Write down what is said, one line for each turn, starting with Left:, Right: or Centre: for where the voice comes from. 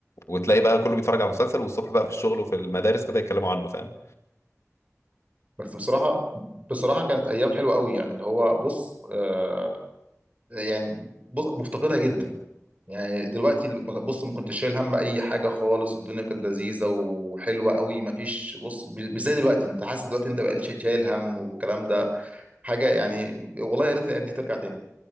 Left: وتلاقي بقى كله بيتفرج على المسلسل والصبح بقى في الشغل وفي المدارس كده يتكلموا عنه فاهم
Right: بس بصراحه بصراحه كانت ايام حلوه قوي يعني اللي هو بص آه يعني بص مفتقدها جدا يعني دلوقتي بص ما كنتش شايل هم اي حاجه خالص الدنيا كانت لذيذه وحلوه قوي ما فيش بص مش زي دلوقتي انت حاسس دلوقتي انت بقى شايل هم والكلام ده حاجه يعني والله يا ريت الايام دي ترجع تاني